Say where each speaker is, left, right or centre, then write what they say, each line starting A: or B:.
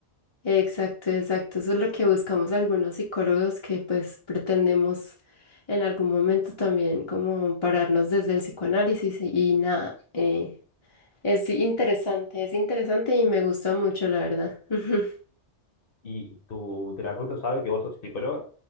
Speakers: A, on the left; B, on the left.
A: exacto, exacto. Eso es lo que buscamos algunos psicólogos que pues pretendemos en algún momento también como pararnos desde el psicoanálisis y, y nada. eh, es interesante, es interesante y me gusta mucho, la verdad. <laughs>
B: Y tu terapeuta sabe que vos sos psicóloga.